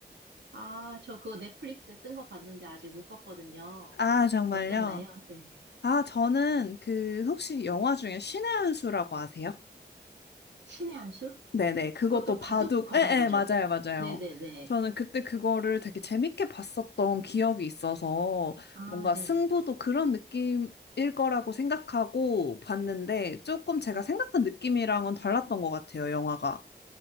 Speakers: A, on the right (about 85°); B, on the left (about 70°).
A: 아, 저 그거 넷플릭스에 뜬 거 봤는데 아직 못 봤거든요.
B: 아, 정말요?
A: 어땠나요? 네.
B: 아, 저는 그, 혹시 영화 중에 신의 한 수라고 아세요?
A: 신의 한 수?
B: 네네, 그것도
A: 그것도 바둑
B: 바둑,
A: 관한
B: 에에,
A: 거죠?
B: 맞아요, 맞아요.
A: 네네네.
B: 저는 그때 그거를 되게 재밌게 봤었던 기억이 있어서
A: 아,
B: 뭔가
A: 네.
B: 승부도 그런 느낌일 거라고 생각하고 봤는데 조금 제가
A: 음.
B: 생각한 느낌이랑은 달랐던 것 같아요, 영화가.